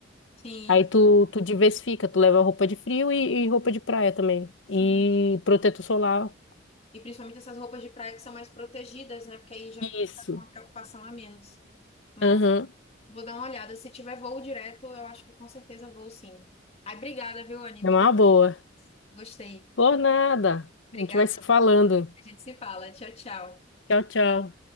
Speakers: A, on the left; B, on the left.
A: sim,
B: Aí tu, tu diversifica, tu leva roupa de frio e, e roupa de praia também.
A: sim.
B: E protetor solar.
A: E principalmente essas roupas de praia que são mais protegidas, né? Porque aí já fica
B: Isso.
A: com uma preocupação a menos. Mas
B: Aham.
A: vou dar uma olhada. Se tiver voo direto, eu acho que eu com certeza vou sim. Ai, obrigada, viu, Anny? Me
B: É uma
A: deu...
B: boa.
A: Gostei.
B: Por nada.
A: Obrigada.
B: A gente vai se falando.
A: A gente se fala. Tchau, tchau.
B: Tchau, tchau.